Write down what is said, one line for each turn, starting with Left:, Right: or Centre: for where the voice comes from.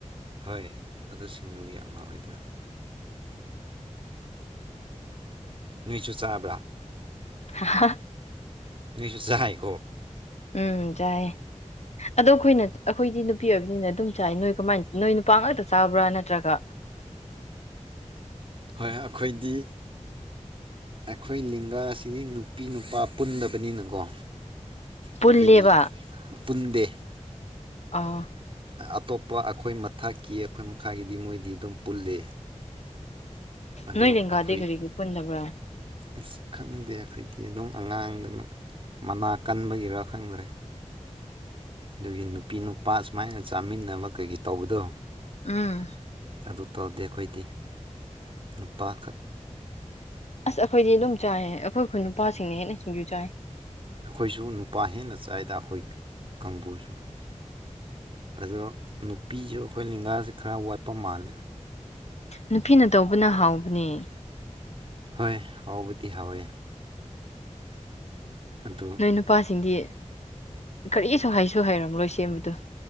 Right: ꯍꯣꯏ ꯑꯗꯨ ꯁꯤꯡꯔꯨ ꯌꯥꯝ ꯃꯥꯦꯗ ꯅꯣꯏꯁꯨ ꯆꯥꯕ꯭ꯔꯥ
Left: ꯍꯥ
Right: ꯅꯁꯨ ꯆꯥꯏꯀꯣ
Left: ꯎꯝ ꯆꯥꯏ ꯑꯗꯣ ꯑꯩꯈꯣꯏꯅ ꯑꯩꯈꯣꯏꯗꯤ ꯅꯨ ꯅꯨꯄꯤ ꯑꯣꯏꯕꯅꯤꯅ ꯑꯗꯨꯝ ꯆꯥꯏ ꯅꯣꯏ ꯀꯃꯥꯏ ꯅꯣꯏ ꯅꯨꯄꯥ ꯉꯥꯛꯇ ꯆꯥꯕ꯭ꯔꯥ ꯅꯠꯇ꯭ꯔꯒ
Right: ꯍꯣꯏ ꯑꯩꯈꯣꯏꯗꯤ ꯑꯩꯈꯣꯏ ꯂꯤꯡꯒꯥ ꯑꯁꯤꯗꯤ ꯅꯨꯄꯤ ꯅꯨꯄꯥ ꯄꯨꯟꯗꯕꯅꯤꯅꯀꯣ
Left: ꯄꯨꯜꯂꯦꯕ
Right: ꯑꯩꯈꯣꯏꯗꯤ ꯄꯨꯟꯗꯦ
Left: ꯑꯥ
Right: ꯑꯇꯣꯞꯄ ꯑꯩꯈꯣꯏ ꯃꯊꯛꯀꯤ ꯑꯩꯈꯣꯏ ꯃꯈꯥꯒꯤꯗꯤ ꯃꯣꯏꯗꯤ ꯑꯗꯨꯝ ꯄꯨꯜꯂꯤ ꯑꯗꯣ
Left: ꯅꯣꯏ ꯂꯦꯡꯒꯥꯗꯤ
Right: ꯑꯩꯈꯣꯏ
Left: ꯀꯔꯤꯒꯤ ꯄꯨꯟꯗꯕ꯭ꯔꯥ
Right: ꯑꯁ ꯈꯪꯗꯦ ꯑꯩꯈꯣꯏꯗꯤ ꯑꯗꯨꯝ ꯑꯉꯥꯡꯗꯅ ꯃꯅꯥ ꯀꯟꯕꯒꯤꯔꯥ ꯈꯪꯗ꯭ꯔꯦ ꯑꯗꯨꯒꯤ ꯅꯨꯄꯤ ꯅꯨꯄꯥ ꯁꯨꯃꯥꯏꯅ ꯆꯥꯃꯤꯟꯅꯕ ꯀꯩꯒꯤꯩ ꯇꯧꯕꯗꯣ
Left: ꯎꯝ
Right: ꯑꯗꯨ ꯇꯧꯗꯦ ꯑꯩꯈꯣꯏꯗꯤ ꯅꯨꯄꯥꯈꯛ
Left: ꯑꯁ ꯑꯩꯈꯣꯏꯗꯤ ꯑꯗꯨꯝ ꯆꯥꯏ ꯑꯩꯈꯣꯏ ꯈꯨꯟ ꯅꯨꯄꯥꯁꯤꯡꯅ ꯍꯦꯟꯅ ꯁꯤꯡꯖꯨ ꯆꯥꯏ
Right: ꯑꯩꯈꯣꯏꯁꯨ ꯅꯨꯄꯥ ꯍꯦꯟꯅ ꯆꯥꯏꯗ ꯑꯩꯈꯣꯏ ꯀꯥꯡꯕꯨꯁꯨ ꯑꯗꯣ ꯅꯨꯄꯤꯁꯨ ꯑꯩꯈꯣꯏ ꯂꯤꯡꯒꯥꯁꯤꯦ ꯈꯔ ꯋꯥꯠꯄ ꯃꯥꯂꯦ
Left: ꯅꯨꯄꯤꯅ ꯇꯧꯕꯅ ꯍꯥꯎꯕꯅꯦ
Right: ꯍꯣꯏ ꯍꯥꯎꯕꯗꯤ ꯍꯥꯎꯋꯦ ꯑꯗꯨ
Left: ꯅꯣꯏ ꯅꯨꯄꯥꯁꯤꯡꯗꯤ ꯀꯔꯤꯁꯨ ꯍꯥꯏꯁꯨ ꯍꯥꯏꯩꯔꯝꯂꯣꯏ ꯁꯦꯝꯕꯗꯣ